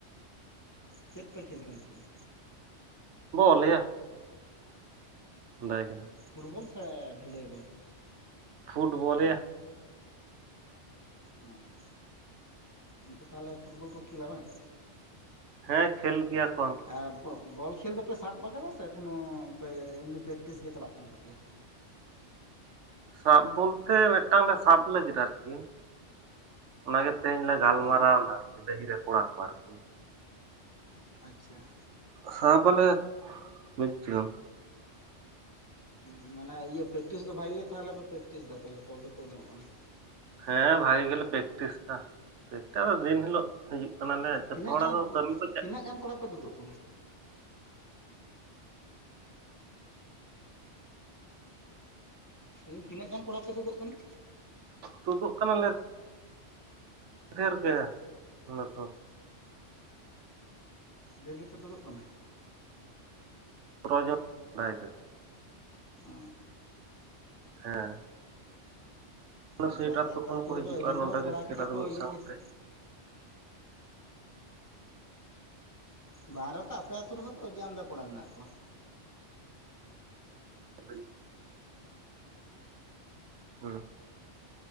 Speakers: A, on the left; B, on the right.
A: ᱪᱮᱫ ᱯᱮ ᱠᱷᱮᱞ ᱠᱟᱱ ᱛᱮᱦᱮᱸᱜ-ᱟ?
B: ᱵᱚᱞᱮ ᱭᱟ᱾ <unintelligible>
A: ᱯᱷᱩᱴᱵᱚᱞ ᱥᱮ ᱰᱷᱟᱹᱞᱟᱹᱭ ᱵᱚᱞ?
B: ᱯᱷᱩᱴᱵᱚᱞ ᱭᱟ᱾
A: ᱚᱸᱻ᱾ ᱚᱱᱛᱮ ᱛᱟᱦᱚᱞᱮ ᱯᱷᱩᱴᱵᱚᱞ ᱠᱚ ᱠᱷᱮᱞᱟ ᱵᱟᱝ?
B: ᱦᱮᱸ ᱠᱷᱮᱞ ᱜᱮᱭᱟᱠᱼᱼ
A: ᱮᱸᱵᱽ ᱵᱚ ᱵᱚᱞ ᱠᱷᱮᱞ ᱫᱚᱯᱮ ᱥᱟᱵ ᱟᱠᱟᱫᱟ ᱥᱮ ᱮᱠᱷᱚᱱᱚ ᱯᱮ ᱮᱢᱱᱤ ᱯᱮᱠᱴᱤᱥ ᱜᱮ ᱪᱟᱞᱟᱜ ᱠᱟᱱ ᱛᱟᱯᱮᱭᱟ?
B: ᱥᱟᱵ ᱵᱚᱞᱛᱮ ᱢᱤᱫᱴᱟᱝ ᱞᱮ ᱥᱟᱵ ᱞᱟᱹᱜᱤᱫ ᱟᱨᱠᱤᱼᱼ ᱚᱱᱟ ᱜᱮ ᱛᱮᱦᱮᱧ ᱞᱮ ᱜᱟᱞᱢᱟᱨᱟᱣ
A: ᱚ
B: ᱱᱟ ᱟᱨ ᱠᱤ ᱰᱟᱹᱦᱤ ᱨᱮ ᱠᱚᱲᱟ ᱠᱚ ᱟᱨ ᱠᱤ᱾
A: ᱟᱪᱪᱷᱟᱸ᱾
B: ᱥᱟᱵᱟᱞᱮ ᱢᱤᱫᱴᱟᱹᱝ᱾
A: ᱩᱸᱻ ᱢᱟᱱᱮ ᱤᱭᱟᱹ ᱯᱮᱠᱴᱤᱥ ᱫᱚ ᱵᱷᱟᱜᱮ ᱜᱮ ᱛᱟᱦᱚᱞᱮ ᱯᱮ ᱯᱮᱠᱴᱤᱥ ᱫᱟ ᱛᱚ ᱡᱚᱛᱚ ᱜᱮ ᱦᱚᱲ ᱜᱮ ᱯᱮ ᱩᱰᱩᱝᱚᱜ ᱠᱟᱱᱟ?
B: ᱦᱮᱸ ᱵᱷᱟᱜᱤ ᱜᱮᱞᱮ ᱯᱮᱠᱴᱤᱥ ᱫᱟ ᱮᱠᱴᱟ ᱫᱚ ᱫᱤᱱ ᱦᱤᱞᱳᱜᱼᱼ ᱦᱤᱡᱩᱜ ᱠᱟᱱᱟ ᱞᱮ ᱡᱚᱛᱚ
A: ᱛᱤᱱᱟᱹᱜ
B: ᱦᱚᱲ
A: ᱜᱟᱱ
B: ᱟᱫᱚ ᱠᱟᱹᱢᱤ ᱠᱚ ᱪᱟᱜᱼᱼ
A: ᱛᱤᱱᱟᱹᱜ ᱜᱟᱱ ᱠᱚᱲᱟ ᱯᱮ ᱛᱩᱫᱩᱜ ᱠᱟᱱᱟ? ᱩᱸᱻ ᱛᱤᱱᱟᱹᱜ ᱜᱟᱱ ᱠᱚᱲᱟᱯᱼᱼ ᱯᱮ ᱛᱩᱫᱩᱜ ᱠᱟᱱᱟ?
B: ᱛᱩᱫᱩᱜ ᱠᱟᱱᱟᱞᱮ ᱯᱷᱮᱨ ᱜᱮᱭᱟ ᱚᱱᱟ ᱛᱚ
A: ᱰᱷᱮᱨ ᱜᱮᱯᱮ ᱛᱩᱫᱚᱜ ᱠᱟᱱᱟ?
B: <unintelligible>
A: ᱚ
B: ᱦᱮᱸ
A: ᱦᱮᱸ
B: ᱚᱱᱟ ᱥᱮᱴ
A: ᱛᱚ ᱟᱫᱚ
B: ᱟᱛᱳ
A: ᱟᱯᱮ
B: ᱠᱷᱚᱱ
A: ᱟᱹᱛᱳ
B: ᱠᱚ
A: ᱨᱮᱫᱚ
B: ᱦᱤᱡᱩᱜᱼᱟ
A: ᱮᱢᱱᱤ
B: ᱱᱚᱸᱰᱮ
A: ᱛᱮᱦᱚᱸ ᱠᱚᱲᱟ
B: ᱜᱮ ᱠᱷᱮᱞᱟ
A: ᱠᱟᱹᱴᱤᱡ
B: ᱫᱚ
A: ᱠᱚ
B: ᱢᱤᱫ
A: ᱤᱭᱟᱹ
B: ᱥᱟᱶᱛᱮ
A: ᱜᱮᱭᱟ ᱥᱮ᱾ ᱵᱟᱦᱨᱮ ᱛᱚ ᱟᱯᱮ ᱟᱹᱛᱩ ᱨᱮᱦᱚᱸ ᱛᱚ ᱟᱹᱰᱤ ᱟᱢᱫᱟ ᱠᱚᱲᱟ ᱢᱮᱱᱟᱜ ᱠᱚᱣᱟ᱾
B: <unintelligible> ᱦᱮᱸ